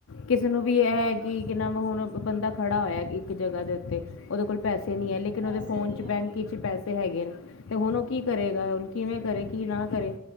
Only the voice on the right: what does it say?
ਪੈਸੇ
ਨਹੀਂ
ਹੈਗੇ